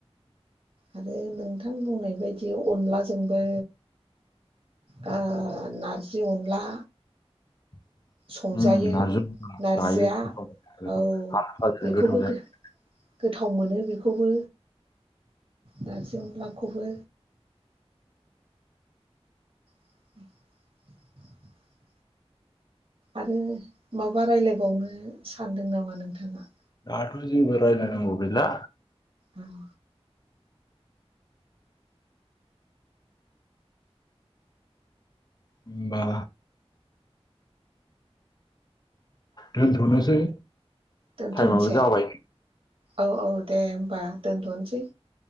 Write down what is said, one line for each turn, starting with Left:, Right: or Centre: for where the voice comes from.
Right: आरो नोंथां बुंनाय बायदि अनाजोंबो बा नारजि अनला
Left: उम
Right: संजायो
Left: <unintelligible>
Right: नारजिया
Left: गोथाव
Right: औ बेखौबो
Left: जायो
Right: गोथाव मोनो बेखौबो नारजि अनलाखौबो <inaudible> आरो माबा रायलायबावनो सानदों नामा नोंथाङा?
Left: दाथ' जेबो रायलाय नांगौ गैला
Right: उम
Left: होमबा दोनथनोसै।
Right: दोनथ'नसै
Left: टाइमाबो जाबाय
Right: औ औ दे होमबा। दोनथनसै